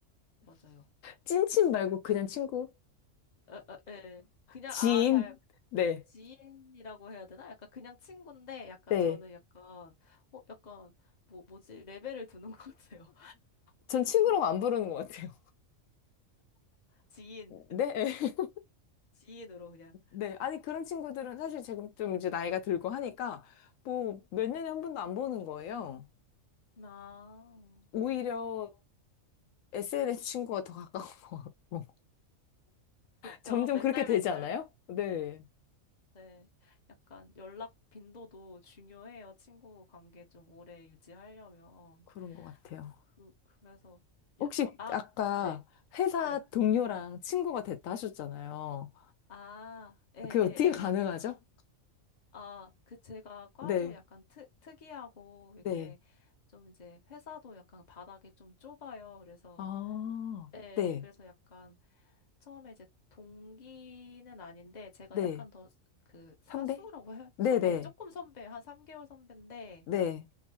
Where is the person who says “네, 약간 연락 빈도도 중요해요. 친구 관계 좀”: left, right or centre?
Left